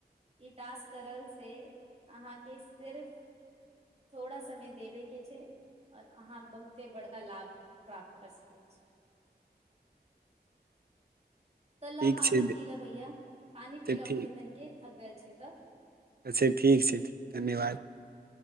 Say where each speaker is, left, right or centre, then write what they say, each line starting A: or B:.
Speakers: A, on the right (about 35°); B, on the right (about 65°).
A: इ टास्क करल से अहांके सिर्फ थोड़ा समय देबे के छै और आहां बहुते बड़का लाभ प्राप्त कर सकै छी त ल
B: ठीक
A: पानि
B: छै अच्छा
A: पी ल भैया, पानी पी ल
B: ठीक
A: उठिके तनिके, थक गेल छै त
B: अच्छा ठीक छै धन्यवाद,